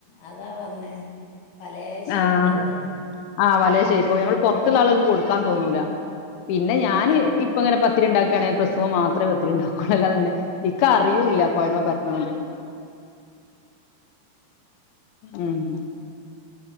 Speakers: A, on the left; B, on the left.
A: അതാ പറഞ്ഞേ പലേ ഷേപ്പും
B: ആഹ്
A: ആകുവല്ലോ
B: ആഹ് പലേ ഷേപ്പും ഞമ്മൾ പുറത്തുള്ള ആളുകൾക്ക് കൊടുക്കാൻ തോന്നൂല പിന്നെ ഞാൻ
A: അതാ
B: ഇപ്പം ഇങ്ങനെ പത്തിരി ഉണ്ടാക്കുകയാണെങ്കില് പ്രസ്സു മേൽ മാത്രമേ പത്തിരി ഉണ്ടുകുള്ളൂ അല്ലാതെ പിന്നെ ഇക്ക് അറിയുവേം ഇല്ല കോയലുമേൽ പരത്തുന്നത് ഉം